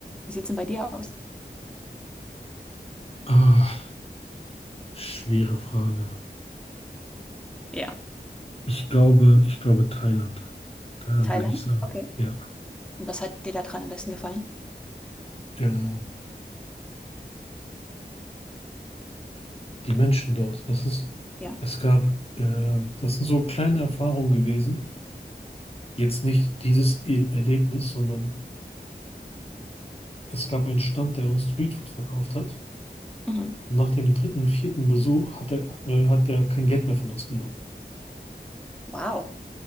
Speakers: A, in the centre; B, on the left.
A: Wie sieht's denn bei dir aus?
B: Ah, schwere Frage.
A: Ja.
B: Ich glaube, ich glaube Thailand. Thailand
A: Thailand?
B: würde ich sagen.
A: Okay.
B: Ja.
A: Und was hat dir da dran am besten gefallen?
B: ja. die Menschen dort. Das ist,
A: Ja.
B: es gab, äh, das sind so kleine Erfahrungen gewesen. Jetzt nicht dieses E- Erlebnis, sondern es gab einen Stand, der uns Streetfood verkauft hat.
A: Mhm.
B: Und nach dem dritten, vierten Besuch hat er, äh, hat er kein Geld mehr von uns genommen,
A: Wow.